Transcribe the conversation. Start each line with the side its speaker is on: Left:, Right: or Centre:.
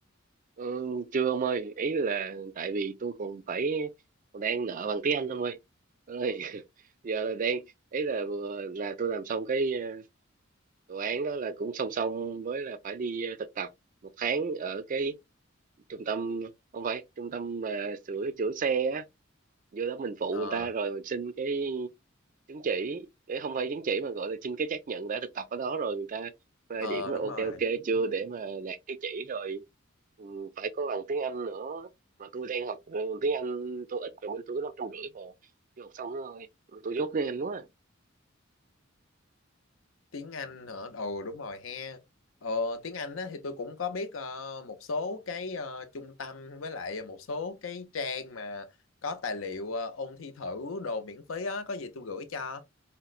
Right: ừ, chưa ông ơi ý là tại vì tôi còn phải còn đang nợ bằng tiếng Anh ông ơi. Ơi, <laughs> giờ là đang ý là vừa là tôi làm xong cái ờ, đồ án đó là cũng song song với là phải đi ờ, thực tập một tháng ở cái trung tâm không phải trung tâm mà sửa chữa xe á vô đó mình phụ
Left: Ờ
Right: người ta rồi mình xin cái chứng chỉ cái không phải chứng chỉ mà gọi là xin cái xác nhận đã thực tập ở đó rồi người ta phê
Left: ờ
Right: điểm là
Left: đúng
Right: ok
Left: rồi.
Right: ok chưa để mà đạt cái chỉ rồi ừ, phải có bằng tiếng Anh nữa mà tôi đang học ừ, tiếng Anh tôi ít rồi bên tôi có năm trăm rưỡi mà chưa học xong nữa thôi tôi dốt tiếng Anh quá
Left: Tiếng Anh hả? Ồ đúng rồi he. Ờ, tiếng Anh á thì tôi cũng có biết ờ, một số cái ờ, trung tâm với lại một số cái trang mà có tài liệu ờ, ôn thi thử đồ miễn phí á có gì tôi gửi cho.